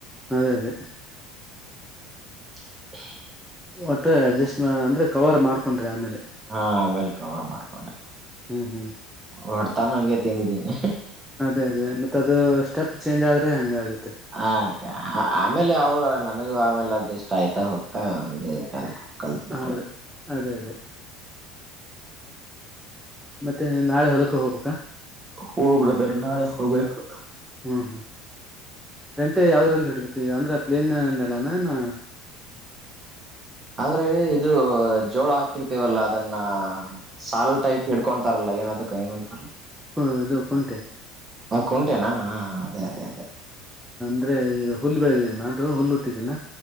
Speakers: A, in the centre; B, on the right.
A: ಅದೇ ಅದೇ
B: <inaudible>
A: ಒಟ್ಟೆ ಅಡ್ಜಸ್ಟ್ ಅಂದ್ರೆ ಕವರ್ ಮಾಡ್ಕೊಂಡ್ರಿ ಆಮೇಲೆ
B: ಹಾ ಅಮೇರಿಕ ಅವರ್ ಮಾಡ್ಕೊಂಡೆ
A: ಹ್ಮ್ ಹ್ಮ್
B: ಹೊಡ್ತಾನು ಹಂಗೆ ತಿಂದಿದ್ದೀನಿ
A: ಅದೇ ಅದೇ ಮತ್ತ ಅದು ಸ್ಟೆಪ್ ಚೇಂಜ್ ಆದ್ರೆ ಹಂಗ ಆಗುತ್ತೆ.
B: ಹ ಆಮೇಲೆ ಅವರು ನನಗೂ ಆಮೇಲೆ ಎಲ್ಲ ಜಸ್ಟ್ ಆಯ್ತಾ ಹೋಗ್ತಾ ಹ ಕಲ್ ಕಲ್ತ್ ಬಿಟ್ರೆ
A: ಹೌದ ಅದೇ ಅದೇ ಮತ್ತೆ ನಾಳೆ ಹೊಲಕ್ಕ ಹೋಗ್ಬೇಕ
B: ಹೋಗಬ್ರದರ್ ನಾಳೆ ಹೋಗ್ಬೇಕು <inaudible>
A: ಹ್ಮ್ ಹ್ಮ್ ಗಂಟೆ ಯಾವ್ದ್ರಲ್ಲಿ ಹೊಡ್ಬೇಕು ಈಗ ಅಂದ್ರೆ ಪ್ಲೇನ್ನ್ನೆಲ್ಲಾನ ಇ
B: ಅಂದ್ರೆ ಇದು ಜೋಳ ಹಾಕಿರ್ತೇವಲ್ಲ ಅದನ್ನ ಸಾಲು ಟೈಪ್ ಹಿಕೊಂತತಾರಲ್ಲ ಏನದಕ್ಕ ಏನಂತಾರ
A: ಹ ಇದು ಕುಂತೆ
B: ಹ ಕುಂಟೆನಾ ಹ ಅದೇ ಅದೇ ಅದೇ
A: ಅಂದ್ರೆ ಈದು ಹುಲ್ಬೆಳಗಿನ ಅದು ಹುಲ್ಲುಟ್ಟಿದೀನ